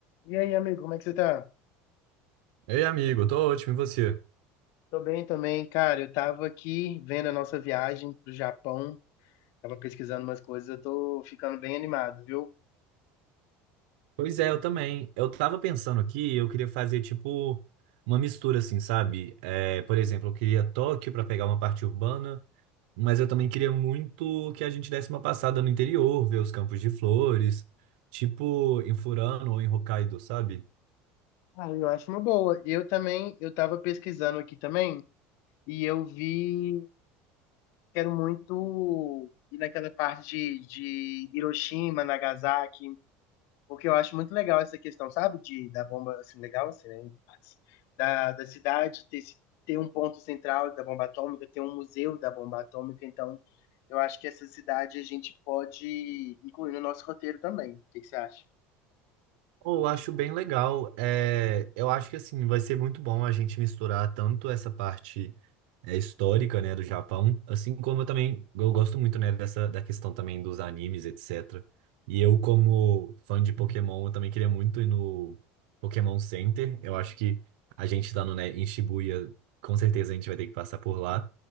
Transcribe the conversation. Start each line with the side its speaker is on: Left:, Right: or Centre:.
Left: E aí, amigo, como é que você tá?
Right: Ei, amigo, eu tô ótimo, e você?
Left: Tô bem também, cara. Eu tava aqui vendo a nossa viagem pro Japão, tava pesquisando umas coisas, eu tô ficando bem animado, viu?
Right: Pois é, eu também. Eu tava pensando aqui, eu queria fazer tipo uma mistura assim, sabe? É, por exemplo, eu queria Tóquio pra pegar uma parte urbana, mas eu também queria muito que a gente desse uma passada no interior, ver os campos de flores, tipo em Furano ou em Hokkaido, sabe?
Left: Ah, eu acho uma boa. Eu também, eu tava pesquisando aqui também, e eu vi, quero muito ir naquela parte de, de Hiroshima, Nagasaki, Porque eu acho muito legal essa questão, sabe? De, da bomba, assim, legal, assim, né? Da, da cidade ter, esse- ter um ponto central da bomba atômica, ter um museu da bomba atômica. Então, eu acho que essa cidade a gente pode incluir no nosso roteiro também. O que que você acha?
Right: Eu acho bem legal. É, eu acho que assim vai ser muito bom a gente misturar tanto essa parte é, histórica, né, do Japão, assim como eu também eu gosto muito, né, dessa da questão também dos animes, etc. E eu como fã de Pokémon, eu também queria muito ir no Pokémon Center. Eu acho que a gente tá no, né, em Shibuya, com certeza a gente vai ter que passar por lá.